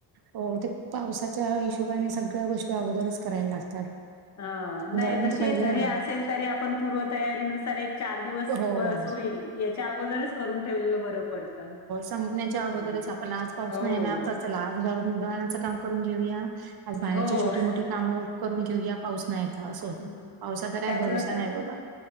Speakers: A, on the right; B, on the left.
A: हो ते पावसाच्या हिशोबाने सगळ्या गोष्टी अगोदरच करायला लागतात.
B: अ नाई
A: दळण
B: तशी
A: तर पहिल्या
B: जरी असेल तरी, आपण पूर्वतयारीनुसार एक चार दिवस
A: हो.
B: बस होईल, याच्या अगोदरच करून ठेवलेलं बरं पडतं.
A: संपन्याच्या अगोदरच
B: हम्म
A: आपण आज पाऊस
B: हो
A: नाईये ना तं चला, आज दळणाचं काम करून घेऊया. आज बाहेरची
B: हो.
A: छोटी मोठी कामं उकरून घेऊया, पाऊस नाईये तं असं होतं.
B: हम्म
A: पावसाचा काय
B: त्यातलं
A: भरोसा
B: तर
A: नाय बाबा.